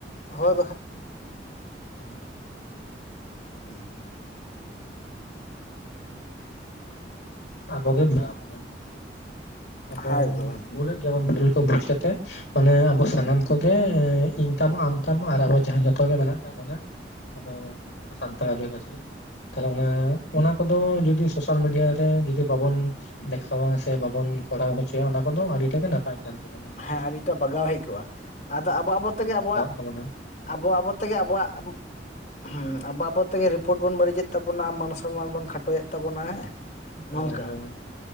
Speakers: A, on the left; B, on the left.
A: ᱦᱳᱭ
B: ᱦᱩᱸ
A: ᱦᱮᱸ
B: ᱟᱵᱚᱜᱮ ᱢᱮᱱᱟ ᱵᱚᱱᱟ ᱟᱵᱚ
A: ᱦᱮᱸ ᱮᱠᱫᱚᱢ
B: ᱵᱷᱩᱞᱮᱫ ᱜᱮᱭᱟ ᱵᱚᱱ ᱵᱷᱩᱞ ᱠᱚ ᱵᱩᱡᱽ ᱠᱟ ᱛᱮ ᱢᱟᱱᱮ ᱟᱵᱚ ᱥᱟᱱᱟᱢ ᱠᱚᱜᱮ ᱤᱧ ᱛᱟᱢ ᱟᱢ ᱛᱟᱢ ᱟᱨ ᱟᱵᱚ ᱡᱟᱦᱟᱸ ᱡᱚᱛᱚ ᱜᱮ ᱢᱮᱱᱟᱜ ᱟᱠᱟᱫ ᱵᱚᱱᱟ ᱟᱵᱚ ᱥᱟᱱᱛᱟᱲ ᱟᱹᱫᱤᱵᱟᱹᱥᱤ ᱛᱟᱦᱚᱞᱮ ᱚᱱᱮ ᱚᱱᱟ ᱠᱚᱫᱚ ᱡᱩᱫᱤ ᱥᱳᱥᱟᱞ ᱢᱤᱰᱤᱭᱟ ᱨᱮ ᱡᱩ ᱵᱟᱵᱚᱱ ᱫᱮᱠᱷᱟᱣᱟ ᱥᱮ ᱵᱟᱵᱚᱱ ᱠᱚᱨᱟᱣ ᱦᱚᱪᱚᱭᱟ ᱚᱱᱟ ᱠᱚᱫᱚ ᱟᱹᱰᱤᱴᱟ ᱜᱮ ᱱᱟᱯᱟᱭ ᱱᱟᱯᱟᱭ ᱛᱟᱦᱮᱱ ᱛᱟᱵᱚᱱᱟ
A: ᱦᱮᱸ ᱟᱹᱰᱤᱴᱟ ᱵᱟᱜᱟᱣ ᱦᱮᱡ ᱠᱚᱜᱼᱟ ᱟᱫᱚ ᱟᱵᱚ ᱟᱵᱚ ᱛᱮᱜᱮ ᱟᱵᱚᱣᱟᱜ
B: ᱵᱚᱱᱟ
A: ᱟᱵᱚ ᱟᱵᱚ ᱛᱮᱜᱮ ᱟᱵᱚᱣᱟᱜ ᱦᱮᱸ ᱟᱵᱚ ᱟᱵᱚ ᱛᱮᱜᱮ ᱨᱤᱯᱳᱨᱴ ᱵᱚᱱ ᱵᱟᱹᱲᱤᱡᱮᱫ ᱛᱟᱵᱚᱱᱟ ᱢᱟᱹᱱ ᱥᱚᱱᱢᱟᱱ ᱵᱚᱱ ᱠᱷᱟᱴᱚᱭᱮᱫ ᱛᱟᱵᱚᱱᱟ ᱦᱮᱸ ᱱᱚᱝᱠᱟ
B: ᱦᱚᱭ ᱦᱚᱭ